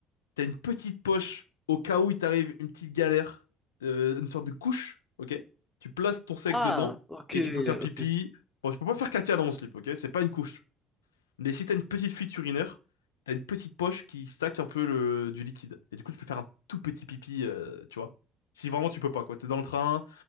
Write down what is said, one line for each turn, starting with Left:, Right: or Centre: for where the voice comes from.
Left: T'as une petite poche au cas où il t'arrive une petite galère, euh, une sorte de couche, ok? Tu places ton sexe
Centre: Ah,
Left: dedans
Centre: ok,
Left: et tu peux faire pipi.
Centre: ok,
Left: Bon, je peux pas faire caca dans mon slip, ok? C'est pas une couche. Mais si t'as une petite fuite urinaire, t'as une petite poche qui stack un peu le, du liquide. Et du coup, tu peux faire un tout petit pipi, euh, tu vois? Si vraiment tu peux pas, quoi. T'es dans le train,